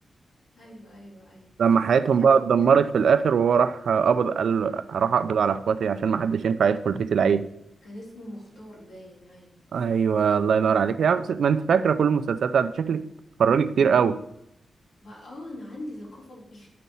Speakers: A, on the left; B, on the right.
A: ايوه ايوه ايوه
B: ولما حياتهم
A: ايوه
B: بقى
A: فكرة
B: اتدمرت في الاخر وهو راح قبض قال راح اقبض على اخواتي عشان ما حدش ينفع يدخل بيت العيل
A: كان اسمه مختار باين ايوه
B: ايوه الله ينور عليك يا عم ما انت فاكره كل المسلسلات بتاعت- شكلك بتتفرجي كتير قوي
A: بقى اه انا عندي ثقافة كبيرة